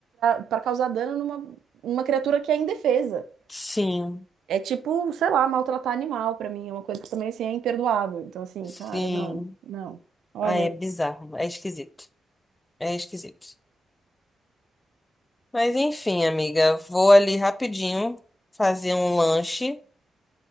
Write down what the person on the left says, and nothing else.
Sim,
sim.
Ah, é bizarro. É esquisito. É esquisito. Mas enfim, amiga, vou ali rapidinho fazer um lanche